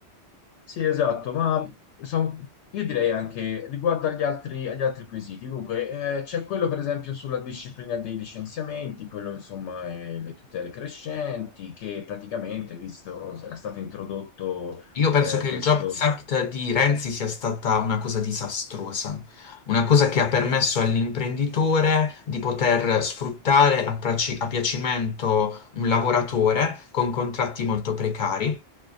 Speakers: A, on the left (about 75°); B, on the left (about 50°).
A: Sì, esatto, ma son- io direi anche riguardo agli altri, agli altri quesiti. Dunque, eh, c'è quello per esempio sulla disciplina dei licenziamenti, quello insomma eh, le tutele crescenti, che praticamente, visto, era stato introdotto
B: Io penso
A: eh,
B: che
A: questo...
B: il Jobs Act di Renzi sia stata una cosa disastrosa, una cosa che ha permesso all'imprenditore di poter sfruttare a, praci- a piacimento un lavoratore con contratti molto precari